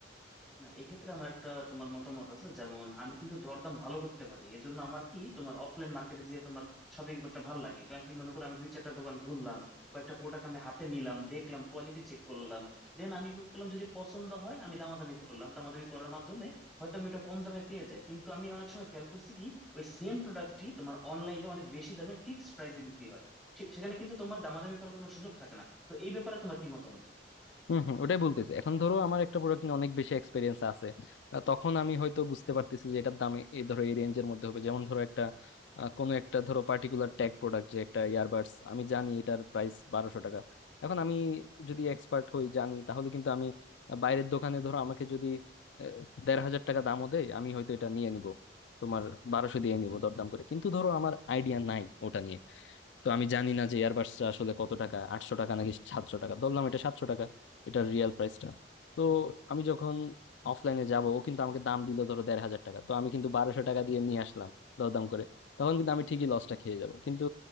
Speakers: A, in the centre; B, on the left (about 80°).
A: না এক্ষেত্রে আমার একটা তোমার মতামত আছে যেমন আমি কিন্তু দরদাম ভালো করতে পারি এজন্য আমার কি তোমার অফলাইন মার্কেটে যেয়ে তোমার শপিং করতে ভালো লাগে কারণ কি মনে করো আমি দুই চারটা দোকান ঘুরলাম কয়েকটা প্রোডাক্ট আমি হাতে নিলাম দেখলাম কোয়ালিটি চেক করলাম দেন আমি কি করলাম যদি পছন্দ হয় আমি দামাদামি করলাম দামাদামি করার মাধ্যমে হয়তো আমি ওটা কম দামে পেয়ে যাই কিন্তু আমি অনেক সময় খেয়াল করছি কি ওই সেম প্রোডাক্টটি তোমার অনলাইনে অনেক বেশি দামে ফিক্সড প্রাইসে বিক্রি হয় সে- সেখানে কিন্তু তোমার দামাদামি করার কোনো সুযোগ থাকে না তো এই ব্যাপারে তোমার কি মতামত
B: হম হম ওটাই বলতেছি এখন ধরো আমার একটা প্রোডাক্ট নিয়ে অনেক বেশি এক্সপিরিয়েন্স আছে আহ, তখন আমি হয়তো বুঝতে পারতেছি যে এটার দামে এই ধরো এই রেঞ্জের মধ্যে হবে যেমন ধরো একটা আহ, কোনো একটা ধরো পার্টিকুলার ট্যাগ প্রোডাক্ট যে একটা ইয়ারবাডস আমি জানি এটার প্রাইস বারোশো টাকা এখন আমি যদি এক্সপার্ট হই জানি তাহলে কিন্তু আমি বাইরের দোকানে ধরো আমাকে যদি আহ, দেড় হাজার টাকা দামও দেয় আমি হয়তো এটা নিয়ে নিব তোমার বারোশো দিয়ে নিব দরদাম করে কিন্তু ধরো আমার আইডিয়া নাই ওটা নিয়ে তো আমি জানি না যে এয়ারবাসটা আসলে কত টাকা আটশো টাকা নাকি সাতশো টাকা ধরলাম এটা সাতশো টাকা এটার রিয়েল প্রাইসটা তো আমি যখন অফলাইনে যাব ও কিন্তু আমাকে দাম দিল ধরো দেড় হাজার টাকা তো আমি কিন্তু বারোশো টাকা দিয়ে নিয়ে আসলাম দরদাম করে তখন কিন্তু আমি ঠিকই লসটা খেয়ে যাব কিন্তু